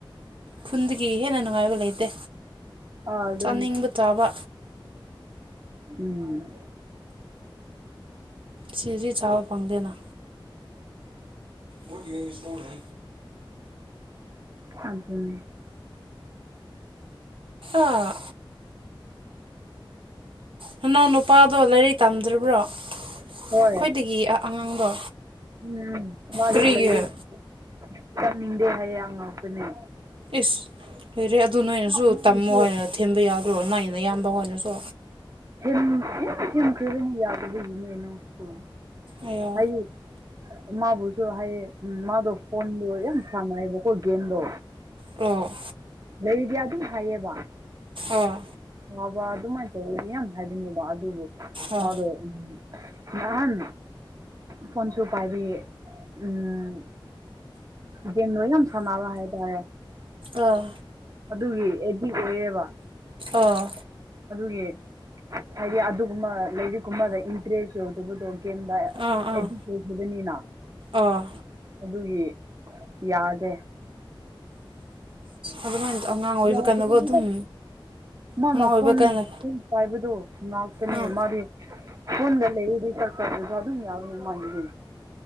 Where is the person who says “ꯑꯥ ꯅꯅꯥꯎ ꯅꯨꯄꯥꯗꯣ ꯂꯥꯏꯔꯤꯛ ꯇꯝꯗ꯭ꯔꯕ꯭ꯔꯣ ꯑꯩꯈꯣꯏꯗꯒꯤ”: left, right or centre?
Right